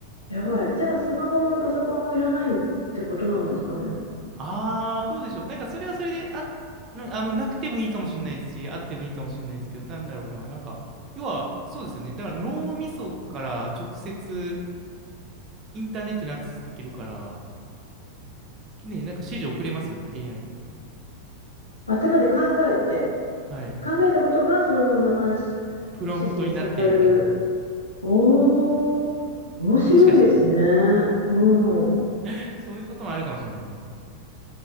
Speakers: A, on the left (about 80°); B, on the right (about 30°).
A: え、やばい。じゃあ、スマホもパソコンもいらないってことなんですかね。
B: あー、どうでしょう。なんかそれはそれで、あ、うんあの、なくてもいいかもしれないし、あってもいいかもしれないですけど、なんだろうな。なんか、要は、そうですよね。だから脳みそから直接インターネットにアクセスできるから、ね、なんか指示送れますよね、AI に。
A: 頭で考えて、
B: はい。
A: 考えたことがそのままし
B: プロンプトになって、
A: 指示につながる
B: みたいな。
A: おー、面白いですね。
B: もしかしたら、
A: うん。
B: <laughs> そういうこともあるかもしれないですね。